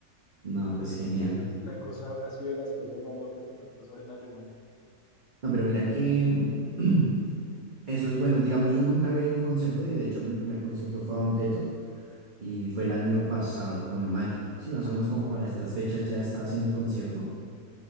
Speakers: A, on the right (about 35°); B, on the left (about 50°).
A: No, pues genial.
B: Fue La cosa ha sido de las cosas más locas que me pasó en Alemania.
A: No, pero mira que mm, <clears throat> eso es bueno. Digamos, yo nunca había ido a un concierto y de hecho mi primer concierto fue a Don Teto y fue el año pasado, como en mayo. Sí, más o menos como para estas fechas ya estaba haciendo el concierto.